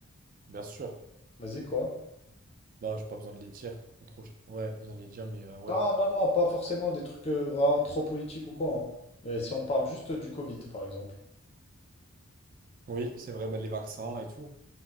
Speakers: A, on the right; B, on the left.
A: Bien sûr.
B: Vas-y, quoi?
A: Bah, j'ai pas besoin de les dire. Pas trop- Ouais, pas besoin de les dire, mais euh, ouais.
B: Non, non, non, pas forcément des trucs euh, vraiment trop politiques ou quoi. hein. Mais si on parle juste du Covid, par exemple.
A: Oui, c'est vrai, bah, les vaccins et tout.